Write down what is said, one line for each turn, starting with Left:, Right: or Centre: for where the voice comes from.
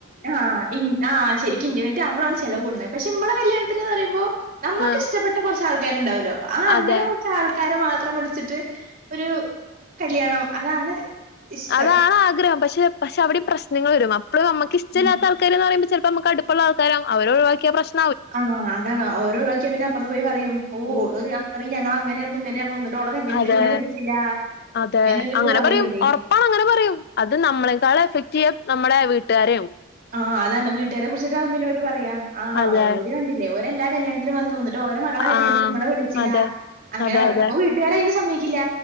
Right: ആഹ് ആഹ ശരിക്കും ഇന്റിമേറ്റ് ആവുമ്പളാണ് ചെലവ കൂടുണത് പക്ഷെ മ്മളെ കല്യാണത്തിന്ന്ന് പറയുമ്പോ നമ്മക്ക്
Left: ആഹ്
Right: ഇഷ്ടപ്പെട്ട കൊറച്ച് ആൾക്കാരുണ്ടാവൊല്ലോ ആ അങ്ങനെ
Left: അതെ
Right: കൊറച്ച് ആൾക്കരെമാത്രം വിളിച്ചിട്ട് ഒരു കല്യാണം അതാണ് ഇഷ്ടം
Left: അതാണ് ആഗ്രഹം പക്ഷ പക്ഷെ അവിടം പ്രശ്നങ്ങള്‌ വെരും അപ്പളും അമ്മക്ക് ഇഷ്ടല്ലാത്ത
Right: ഉം
Left: ആൾക്കാര്ന്ന് റയുമ്പോ ചെലപ്പമ്മക്ക് അട്പ്പള്ള ആൾക്കാരാവും അവരെ ഒഴിവാക്കിയ പ്രശ്നാവും
Right: ആഹ് അതാണ് ഓരേ ഒഴിവാക്കിയാ പിന്നെ അപ്പറത്ത് പോയി പറയും ഓ
Left: ഉം
Right: ഓള് അത്രയും ഞങ്ങളങ്ങനേർന്നു ഇങ്ങെനേർന്നൂന്ന് ഓളെ കല്യാണത്തിന്
Left: അതെ
Right: ഇന്നെ വിളിച്ചില്ല
Left: അതെ
Right: ഒരിത്
Left: അങ്ങനെ
Right: പറയൂവര്.
Left: പറയും ഒറപ്പാണങ്ങനെ പറയും അത് നമ്മളെക്കാളും എഫക്ട്യ്യാ നമ്മടെ വീട്ടാ രാവും
Right: ആഹ് അതാണ് വീട്ടാരെ കുറിച്ചക്കാവും പിന്നെ അവര് പറയാ ആ
Left: അതെ
Right: ഓര് കണ്ടില്ലേ ഓര് എല്ലാ കല്യാണത്തിനും വന്ന്പ്പോവും എ ന്ന്ട്ട് ഓരെ മകളെ കല്യാണത്തിന്
Left: ആഹ്
Right: മ്മളെ വിളിച്ചിലാ
Left: അതെ
Right: അങ്ങനെ
Left: അതെ
Right: പറയും
Left: അതെ
Right: അപ്പൊ വീട്ടുകാരയിന് സമ്മയിക്കില്ല